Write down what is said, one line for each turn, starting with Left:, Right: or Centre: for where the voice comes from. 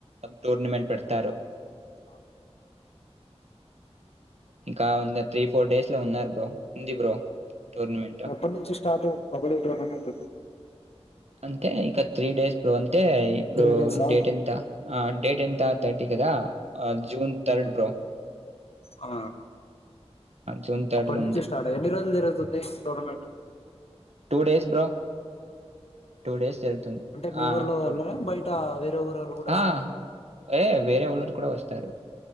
Right: టోర్నమెంట్ పెడతారు
Left: అ
Right: ఇంకా త్రీ ఫోర్ డేస్ లో ఉన్నారు బ్రో ఉంది బ్రో టోర్నమెంట్.
Left: ఎప్పటి నుంచి స్టార్ట్ కబడ్డీ టోర్నమెంట్
Right: అంతే ఇక త్రీ డేస్ బ్రో అంతే ఇప్పుడు
Left: త్రీ డేసా
Right: డేట్ ఎంత ఆ డేట్ ఎంత థర్టీ కదా జూన్ థర్డ్ బో
Left: ఆ
Right: జూన్
Left: అప్పటి నుంచి
Right: ఉంది.
Left: స్టార్ట్ ఎన్ని రోజులు జరుగుతుంది tournament
Right: two days bro two days జరుగుతుంది
Left: అంటే మీ
Right: ఆ
Left: ఊర్లో
Right: టూడ
Left: వాళ్ళ బయట వేరే ఊరు వాళ్ళు కూడా వస్తారా
Right: ఆ ఏ వేరే వాఊళ్ళరు కూడా వస్తారు